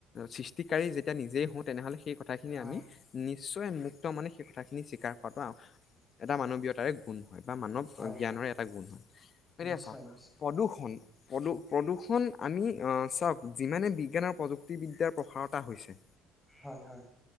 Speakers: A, on the left; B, in the centre.
A: সৃষ্টিকাৰী যেতিয়া নিজেই হওঁ তেনেহ'লে সেই কথাখিনি
B: হয়
A: আমি নি <inaudible> ক্ত মানে সেই কথাখিনি স্বীকাৰ কৰাটো এটা মানৱীয়তাৰে গুণ। হয়, বা মানৱ
B: হয়
A: জ্ঞানৰে
B: হয়
A: এটা গুণ হয় গতিকে,
B: নিশ্চয়
A: চাওক
B: নিশ্চয়
A: প্ৰদূষণ প্ৰদূৰ্ষণ আমি চাওক যিমানে বিজ্ঞান আৰু প্ৰযুক্তিবিদ্যাৰ প্ৰসাৰতা হৈছে।
B: হয়, হয়।